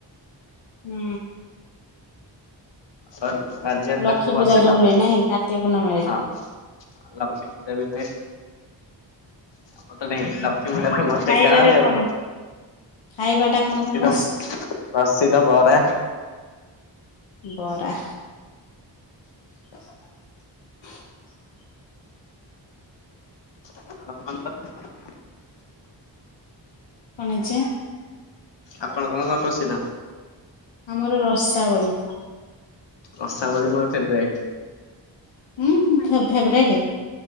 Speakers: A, on the left; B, on the left.
A: ହୁଁ।
B: <unintelligible> ବାଲିଯାତ୍ରା
A: ଲକ୍ଷ୍ମୀ
B: ହୁଏ ଭଲସେ,
A: ପୂଜା ଯୋଉ
B: ସାତ
A: ହୁଏ ନାଇଁ କାର୍ତ୍ତିକ ପୂର୍ଣ୍ଣମୀରେ।
B: ହଁ ଲକ୍ଷ୍ମୀପୂଜା ବି ହୁଏ। <unintelligible> ମୋଷ୍ଟ
A: ଖାଇବାରେ
B: ଏ ଗାଁରେ
A: କଣ?
B: ଆଉ।
A: ଖାଇବାଟା କଣ
B: ପ୍ରସିଦ
A: ଫେମସ
B: ପ୍ରସିଦ୍ଧ ବରା।
A: ବରା। <inaudible>
B: <unintelligible>
A: କଣ ହେଇଛି?
B: ଆପଣଙ୍କର କଣ ପ୍ରସିଦ୍ଧ?
A: ଆମର ରସାବଳୀ।
B: ରସାବଳୀ ମୋର ଫେବରାଇଟ୍।
A: ଉଁ, ଫେ ଫେବୋରାଇଟ୍।